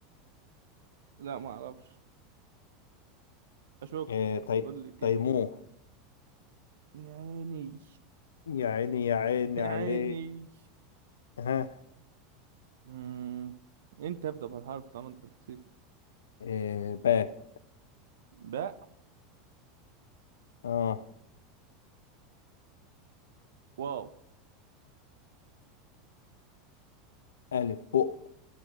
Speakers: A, on the right; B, on the left.
A: لا ما اعرفش اشك
B: إيه طي...
A: قول لي كده
B: تيموه
A: يا عيني
B: يا عيني يا عيني
A: يا
B: عليه
A: عيني
B: ها
A: مم. انت ابدأ بالحرف طالما انت اللي كسبت
B: إيه باء
A: باء
B: اه
A: واو
B: الف بق